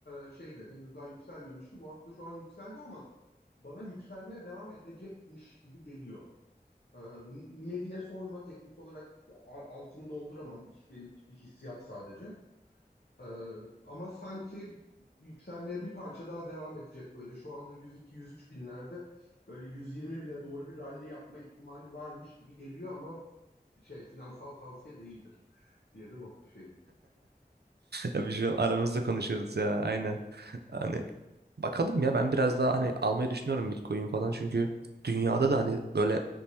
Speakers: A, on the left (about 70°); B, on the right (about 80°).
A: e, şeydi henüz daha yükselmemişti. Bu hafta şu an yükseldi ama bana yükselmeye devam edecekmiş gibi geliyor. E, n- niye diye sorma. Teknik olarak a- altını dolduramam. Benimki bir hissiyat sadece. E, ama sanki yükselmeye bir parça daha devam edecek böyle. Şu anda 102-103 binlerde böyle 120 bine doğru bir ralli yapma ihtimali varmış gibi geliyor ama şey finansal tavsiye değildir diye de not düşeyim.
B: Tabii şu an aramızda konuşuyoruz ya aynen. Hani bakalım ya ben biraz daha hani almayı düşünüyorum Bitcoin falan çünkü dünyada da hani böyle